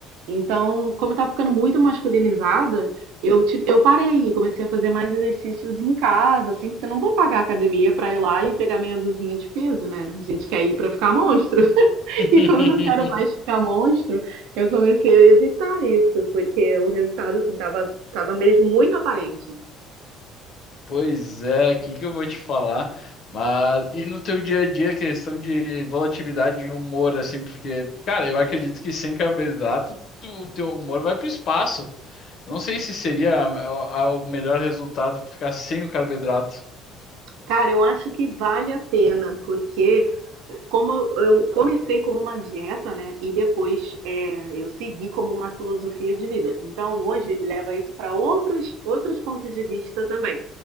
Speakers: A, on the right; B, on the left.
A: Então, como eu estava ficando muito masculinizada, eu, ti- eu parei, comecei a fazer mais exercícios em casa, assim, porque eu não vou pagar a academia pra ir lá e pegar meia dúzia de peso, né? A gente quer ir pra ficar monstro. <laughs>
B: <laughs>
A: E como eu não quero mais ficar monstro, eu comecei a evitar isso, porque o resultado, assim, tava, tava mesmo muito aparente.
B: Pois é, o que que eu vou te falar? Mas e no teu dia a dia, questão de volatilidade e humor, assim, porque, cara, eu acredito que sem carboidrato, tu- o teu humor vai pro espaço. Eu não sei se seria a- a- o melhor resultado ficar sem o carboidrato.
A: Cara, eu acho que vale a pena, porque como eu comecei como uma dieta, né? E depois é, eu segui como uma filosofia de vida. Então hoje leva isso para outros, outros pontos de vista também.